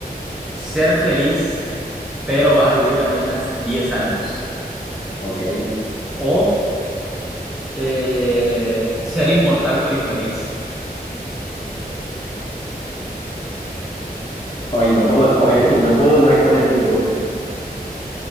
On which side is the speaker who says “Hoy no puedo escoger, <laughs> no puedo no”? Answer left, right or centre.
Left